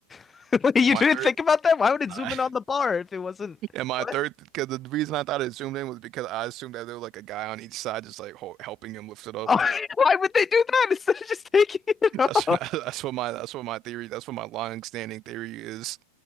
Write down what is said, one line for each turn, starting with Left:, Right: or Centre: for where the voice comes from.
Left: <laughs> You
Right: And my
Left: didn't
Right: third,
Left: think about that? Why would it
Right: Nah.
Left: zoom in on the bar if it wasn't?
Right: <laughs> and my
Left: What?
Right: third, because the reason I thought it zoomed in was because I assumed that there was like a guy on each side just like ho helping him lift it up.
Left: Oh, <laughs> why would they do that instead of just taking it <laughs>
Right: That's
Left: off?
Right: <laughs> that's what my that's what my theory. That's what my long standing theory is.